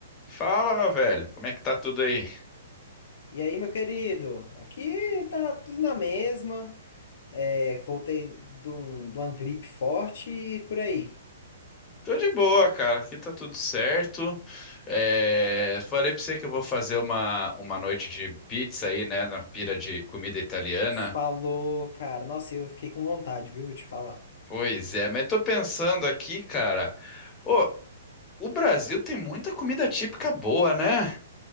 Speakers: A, on the left; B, on the left.
A: Fala, meu velho, como é que tá tudo aí?
B: E aí, meu querido? Aqui tá tudo na mesma. É, voltei de, um, de uma gripe forte e por aí.
A: Tô de boa, cara, aqui tá tudo certo. É, Falei pra você que eu vou fazer uma, uma noite de pizza aí, né, na pira de comida italiana.
B: Falou, cara. Nossa, eu fiquei com vontade, viu? Vou te falar.
A: Pois é, mas tô pensando aqui, cara. Ô, o Brasil tem muita comida típica boa, né?